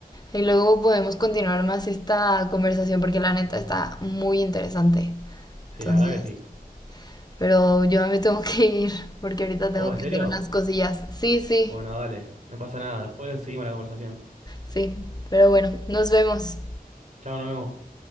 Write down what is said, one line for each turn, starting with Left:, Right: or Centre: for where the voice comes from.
Left: y luego podemos continuar más esta conversación porque la neta está muy interesante. Entonces,
Right: Sí, la verdad que sí.
Left: Pero yo me tengo que ir porque ahorita tengo
Right: Oh, ¿en
Left: que
Right: serio?
Left: hacer unas cosillas. Sí, sí,
Right: Bueno, dale, no pasa nada. Después seguimos la conversación.
Left: sí. Pero bueno, nos vemos.
Right: Chao, nos vemos.